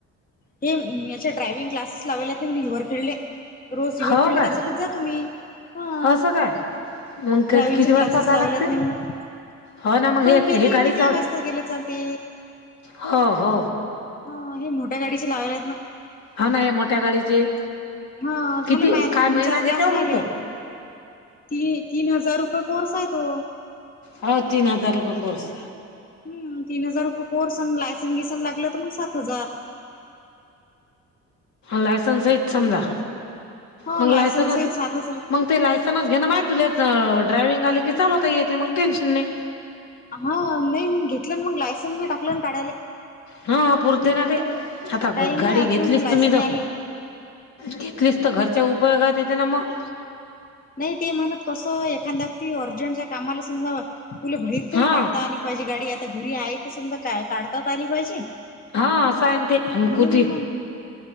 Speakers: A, on the left; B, on the left.
A: ते अं याचे, ड्रायव्हिंग क्लासेस लावेलेत मी हिवरखेडले. रोज
B: हो
A: हिवरखेडले
B: काय
A: त्यासाठीच जातू मी. हां.
B: असं काय मग
A: ड्रायव्हिंगचे
B: किती वाजता
A: क्लासेस
B: जावं
A: लावलेत
B: लागते
A: नाही म्हणा
B: हो
A: अं,
B: ना मग हे
A: होय कधी
B: हे गाडी
A: किती
B: चाल
A: वाजता गेलं तर चालते.
B: हो हो
A: हं, हे मोठ्या गाडीचे लावायलेत ना.
B: हा ना या मोठ्या गाडीचे
A: हा झालं
B: किती
A: माय आता
B: काय
A: तीन
B: महिना
A: चार
B: घेते
A: क्लास
B: हो मग
A: राहिले
B: तो
A: ती तीन हजार रुपये कोर्स आहे तो
B: हो तीन हजार रुपये कोर्स
A: हम् तीन हजार रुपये कोर्स अन लायसन घिसन लागलं तर मग सात हजार
B: लायसन सहित समजा
A: हो
B: मग
A: लायसन्स
B: लायसनच
A: आहे सात हजार
B: मंग ते लायसनचं घे ना माहि तुलाच ड्रायविंग आले की चालवता येते मग टेन्शन नाही
A: हा नाही मग घेतलं मग लायसन मी टाकलं काडायले
B: हा हा पुरते ना ते आता
A: टाईम
B: गाडी
A: आहे अजून
B: घेतलीच
A: लायसन
B: तुम्ही तर
A: आली
B: घेतलीच तर घरच्या उपयोगात येते ना मग
A: नाही ते म्हणत कसं एखांद्या वक्ती अगदी अर्जंट ज्या कामाला समजा तुला बहिर तरी
B: हा
A: काढता आली पाहिजे गाडी आता घरी आहे त समजा का काढता तर आली पाहिजे
B: हा असं आहे अन ते
A: म्हणून
B: कुठे
A: मग